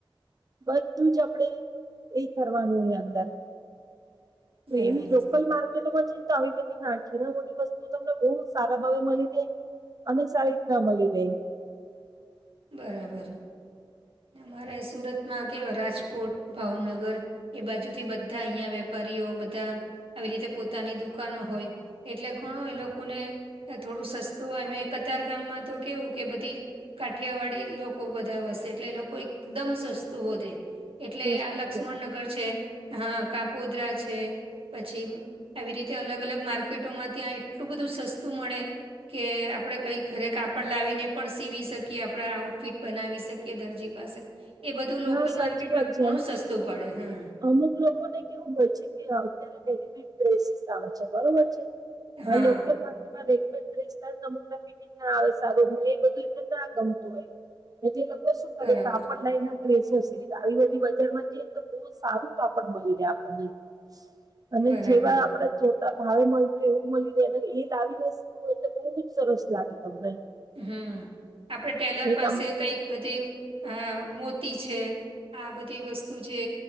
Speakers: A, on the right (about 45°); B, on the right (about 85°).
A: બધું જ આપડે એ કરવાનું હોય અંદર.
B: બરાબર
A: એવી લોકલ માર્કેટોમાં જઈન તો આવી બધી નાન ઘી ને મોટી વસ્તુ તમને બઉ સારા ભાવે મળી જાય. અને સારી રીતના મળી રેય.
B: બરાબર, અમારે સુરતમાં કેવા રાજકોટ, ભાવનગર એ બાજુથી બધા અહિયાં વેપારીઓ બધા આવી રીતે પોતાની દુકાનો હોય. એટલે ઘણો એ લોકોને તે થોડું સસ્તું હોય એમાએ કતાર ગામમાં તો કેવું કે બધી કાઠિયાવાડી લોકો બધા વસે એટલે એ લોકો એકદમ સસ્તું હોધે. એટલે
A: સસ્તી
B: આ લક્ષ્મણનગર
A: શોધે
B: છે, હા કાપોદરા છે. પછી આવી રીતે અલગ અલગ માર્કેટોમાં ત્યાં એટલું બધું સસ્તું મળે કે આપડે કંઈ ઘરે કાપડ લાવીને પણ સીવી શક કે આપડા આઉટફિટ બનાવી શકીએ દરજી પાસે એ બધું લોકલ
A: હા સાચી
B: માર્કેટમાં
A: વાત છે
B: ઘણું
A: અમ
B: સસ તું પડે, હમ.
A: અમુક લોકોને કેવું હોય છે કે અત્યારે રેડીમેડ ડ્રેસીસ આવે છે, બરોબર છે. હલો
B: હા
A: લોકલ માર્કેટ. એમાં રેડીમેડ ડ્રેસ લાય અમુક ફિટિંગ ના આવે સારું એ બધું એમને ના ગમતું હોય. મે જે લોકો શું કરે
B: બરાબર
A: કાપડ લઈ ને ડ્રેસો સીવે આવી બધી બજારમાં જ‌ઇ તો. બહુ સારું કાપડ મળી રહે આપણને અને
B: બરાબર
A: જેવા આપણે જો. ભાવે મળતું એવું મળીને એ લાવીને સીવું એટલે બહુ જ સરસ લાગે તમને.
B: હમ, આપડે ટેલર
A: એ
B: પાસે
A: તમ
B: કઈક બધી અ મોતી છે. આ બધી વસ્તુ જે